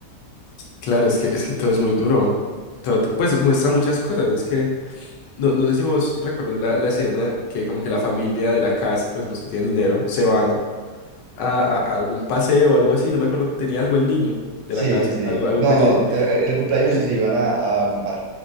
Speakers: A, on the left; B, on the right.
A: Claro, es que, es que todo es muy duro. Todo, to- pues muestra muchas cosas. Es que no, no sé si vos recordás la, la escena que como que la familia de la casa, pues los que tienen dinero, se van a, a- a algún paseo o algo así. No me acuerdo, tenía algo el niño de
B: Sí,
A: la casa,
B: sí, sí.
A: algo, algún
B: No,
A: pendiente.
B: no, en el, el cumpleaños
A: Eh,
B: sí se iban a, a acampar.